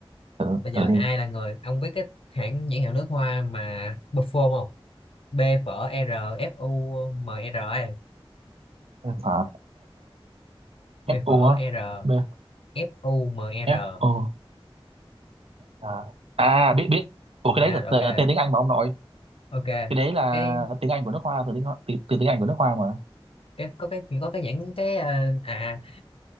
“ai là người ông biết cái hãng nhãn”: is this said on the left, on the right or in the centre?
Left